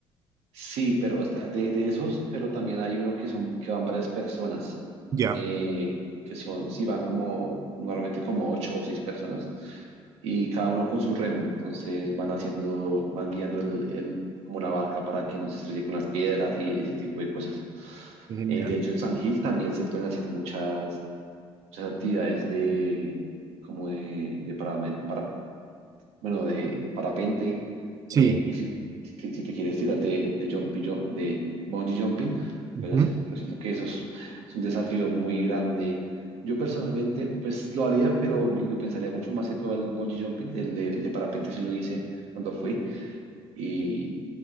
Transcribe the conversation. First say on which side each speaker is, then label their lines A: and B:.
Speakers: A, on the right; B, on the right.
A: Sí, pero es de, de esos, pero también hay uno que son, que van varias personas,
B: Ya,
A: eh, que son, sí, van como, normalmente como ocho o seis personas, y cada uno con su remo, entonces van haciendo, van guiando el, el- como la barca para que no se estrelle con las piedras y ese tipo de cosas.
B: genial.
A: Eh, de hecho, en San Gil también se pueden hacer muchas, muchas actividades de, como de, de paramed- bueno, de parapente,
B: Sí,
A: eh, y si, si, si te quieres tirar de, de, jumpy ju- de bungee jumping, lo
B: ujú,
A: puedes hacer, pero siento que eso es, es un desafío muy grande. Yo personalmente, pues lo haría, pero me lo pensaría mucho más que todo el bungee jumping, el de, el de parapente sí lo hice cuando fui, y